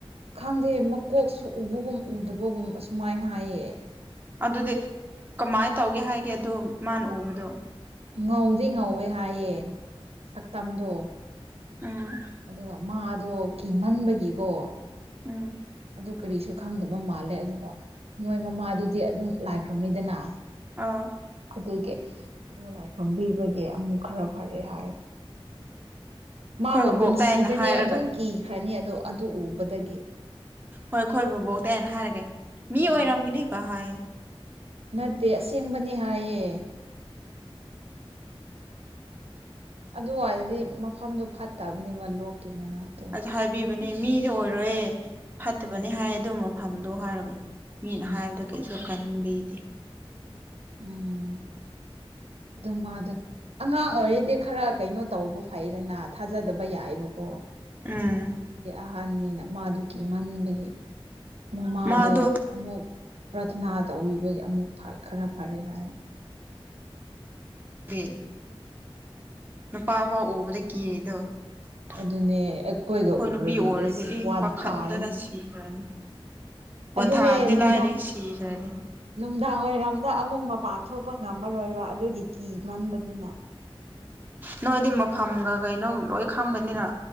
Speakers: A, on the right; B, on the right.
A: ꯈꯪꯗꯦ ꯃꯀꯣꯛꯁꯨ ꯎꯕꯒꯨꯝ ꯎꯗꯕꯒꯨꯝ ꯑꯁꯨꯃꯥꯏꯅ ꯍꯥꯏꯌꯦ
B: ꯑꯗꯨꯗꯤ ꯀꯃꯥꯏꯅ ꯇꯧꯒꯦ ꯍꯥꯏꯒꯦ ꯑꯗꯨ ꯃꯥꯅ ꯎꯕꯗꯣ
A: ꯉꯧꯗꯤ ꯉꯧꯋꯦ ꯍꯥꯏꯌꯦ ꯁꯛꯇꯝꯗꯣ
B: ꯎꯝ
A: ꯑꯗꯨꯒ ꯃꯥꯗꯣ ꯀꯤꯍꯟꯕꯒꯤꯀꯣ
B: ꯎꯝ
A: ꯑꯗꯨ ꯀꯔꯤꯁꯨ ꯈꯪꯗꯕ ꯃꯥꯜꯂꯦ ꯑꯗꯨꯒ ꯃꯣꯏ ꯃꯃꯥꯗꯨꯗꯤ ꯑꯗꯨꯝ ꯂꯥꯏ ꯈ꯭ꯔꯣꯝꯃꯤꯗꯅ
B: ꯑꯥ
A: ꯑꯗꯨꯒꯤ ꯑꯃꯨꯛ ꯂꯥꯏ ꯈ꯭ꯔꯨꯝꯕꯤꯕꯒꯤ ꯑꯃꯨꯛ ꯈꯔ ꯐꯔꯦ ꯍꯥꯏ
B: ꯑꯩꯈꯣꯏ
A: ꯃꯥ ꯃꯄꯨꯟꯁꯤꯗꯅꯦ
B: ꯕꯕꯣꯛꯇꯥꯏꯅ ꯍꯥꯏꯔꯒ
A: ꯑꯗꯨꯝ ꯀꯤꯈ꯭ꯔꯅꯤ ꯑꯗꯣ ꯑꯗꯨ ꯎꯕꯗꯒꯤ
B: ꯍꯣꯏ ꯈꯣꯏ ꯕꯕꯣꯛꯗ ꯑꯩꯅ ꯍꯥꯏꯔꯒꯦ ꯃꯤ
A: ꯎꯝ
B: ꯑꯣꯏꯔꯝꯒꯅꯤ ꯀ ꯍꯥꯏ
A: ꯅꯠꯇꯦ ꯑꯁꯦꯡꯕꯅꯤ ꯍꯥꯏꯌꯦ
B: <inaudible>
A: ꯑꯗꯨꯋꯥꯏꯔꯗꯤ ꯃꯐꯝꯗꯣ ꯐꯠꯇꯕꯅꯦꯕ ꯂꯣꯛꯀꯤ ꯃꯅꯥꯛꯇ
B: ꯑꯁ ꯍꯥꯏꯕꯤꯕꯅꯦ ꯃꯤꯗꯤ ꯑꯣꯏꯔꯣꯏ ꯐꯠꯇꯕꯅꯤ
A: ꯎꯝ
B: ꯍꯥꯏ ꯑꯗꯨ ꯃꯐꯝꯗꯣ ꯍꯥꯏꯔꯒꯦ ꯃꯤꯅ
A: ꯎꯝ
B: ꯍꯥꯏꯕꯗ ꯀꯩꯁꯨ ꯀꯟꯕꯤꯗꯦ
A: ꯎꯝ ꯑꯗꯨꯃꯗ ꯑꯉꯥꯡ ꯑꯣꯏꯔꯤꯗꯤ ꯈꯔ ꯀꯩꯅꯣ ꯇꯧꯕ ꯐꯩꯗꯅ ꯊꯥꯖꯗꯕ ꯌꯥꯏꯕꯀꯣ
B: ꯎꯝ
A: ꯗꯤ ꯑꯍꯥꯟꯕꯅꯤꯅ ꯃꯥꯗꯨ ꯀꯤꯃꯟꯕꯒꯤ ꯃꯃꯥꯗꯣ
B: ꯃꯥꯗꯣ
A: ꯑꯃꯨꯛ ꯄ꯭ꯔꯊꯅꯥ ꯇꯧꯔꯤꯕꯒꯤ ꯑꯃꯨꯛ ꯈꯔ ꯐꯔꯦ ꯍꯥꯏ
B: ꯗꯤ ꯅꯨꯄꯥ ꯄꯥꯎ ꯎꯕꯗ ꯀꯤꯔꯦꯗꯣ ꯑꯩꯈꯣꯏ
A: ꯑꯗꯨꯅꯦ ꯑꯩꯈꯣꯏꯒ ꯎꯔꯗꯤ
B: ꯅꯨꯄꯤ ꯑꯣꯏꯔꯦꯗꯤ
A: ꯑꯦꯁ
B: ꯑꯦ
A: ꯋꯥꯟ
B: ꯄꯥꯈꯠꯇꯅ
A: ꯊꯥꯔꯅꯤ
B: ꯁꯤꯈ꯭ꯔꯅꯤ ꯋꯥꯟꯊꯥꯕꯗꯤ
A: ꯑꯗꯨꯅꯦ ꯅꯨꯡꯗꯥꯡ
B: ꯂꯥꯏꯔꯤ ꯁꯤꯈ꯭ꯔꯅꯤ
A: ꯅꯨꯡꯗꯥꯡ ꯋꯥꯏꯔꯝꯗ ꯑꯃꯨꯛ ꯃꯄꯥꯟ ꯊꯣꯛꯄ ꯉꯝꯃꯔꯣꯏꯕ ꯑꯗꯨꯒꯤ ꯀꯤ ꯃꯟꯕꯗꯨꯅ
B: ꯅꯣꯏꯗꯤ ꯃꯐꯝꯒ ꯀꯩꯅꯣꯒ ꯂꯣꯏ ꯈꯪꯕꯅꯤꯅ